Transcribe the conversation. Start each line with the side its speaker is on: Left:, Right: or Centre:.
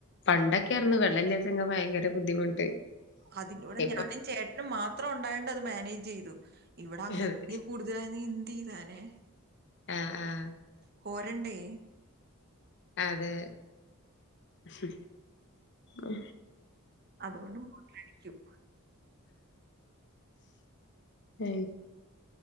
Left: പണ്ടൊക്കെ അയിരിന് വെള്ളല്ലച്ചങ്ങ ഭയങ്കര ബുദ്ധിമുട്ട്.
Right: അതിന്റെ കൂടെ
Left: ഇപ്പൊ
Right: ഞാനും ചേട്ടനും മാത്രം അത്ര ഉണ്ടായണ്ട് അത് മാനേജ് ചെയ്തു. ഇവിടെ അങ്ങത്തെ
Left: അതെ
Right: കൂടുതലായി എന്ത് ചെയും താനെ
Left: ആഹ് ആഹ്
Right: കോരണ്ടേ
Left: അതെ മ്മ് ആഹ
Right: അതുകൊണ്ട് മോട്ട നിക്കും
Left: അ